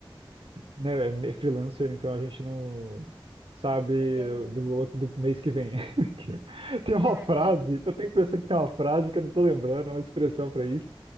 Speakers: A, on the right; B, on the right.
A: né, é me- freelancer, então a gente não sabe
B: Entendi.
A: do outro do mês que vem. <laughs> Que- Tem uma
B: É,
A: frase,
B: en-
A: eu tenho que pensar que tem uma frase que eu não tô lembrando, uma expressão para isso.